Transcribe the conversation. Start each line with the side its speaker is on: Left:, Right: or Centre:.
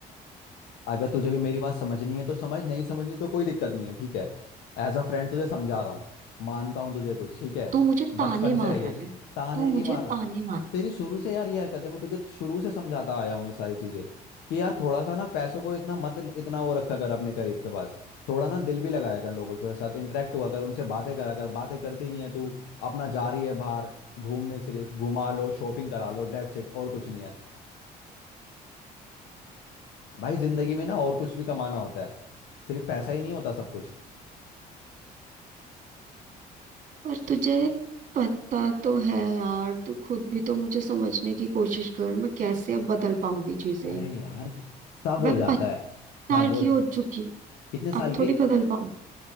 Left: अगर तुझे भी मेरी बात समझनी है तो समझ नहीं समझनी तो कोई दिक्कत नहीं है ठीक है एज अ फ्रेंड तुझे समझा रहा हूँ मानता हूँ तुझे कुछ ठीक है
Right: तू मुझे
Left: बचपन
Right: ताने मार
Left: से रही
Right: रहा
Left: है
Right: है
Left: ताने
Right: तू
Left: नहीं
Right: मुझे
Left: मार
Right: ताने
Left: रहा
Right: मार
Left: तेरी शुरू से यार ये हरकत है मैं तुझे शुरू से समझाता आया हूँ ये सारी चीजें कि यार थोड़ा सा ना पैसों को इतना मत इतना वो रखा कर अपने करीब के पास थोड़ा ना दिल भी लगाया कर लोगों के साथ इंटरेक्ट हुआ कर उनसे बातें करा कर बातें करती नहीं है तू अपना जा रही है बाहर घूमने सिर्फ घुमा लो शॉपिंग करा लो डेट्स इट और कुछ नहीं है भाई जिंदगी में ना और कुछ भी कमाना होता है सिर्फ पैसा ही नहीं होता सब कुछ
Right: और तुझे पता तो है यार तू खुद भी तो मुझे समझने की कोशिश कर मैं कैसे अब बदल पाऊंगी चीजें
Left: अरे यार सब
Right: मैं
Left: हो जाता
Right: पच्चीस
Left: है
Right: साल
Left: हाँ बोल
Right: की हो चुकी
Left: कितने साल
Right: अब
Left: की
Right: थोड़ी बदल पाऊं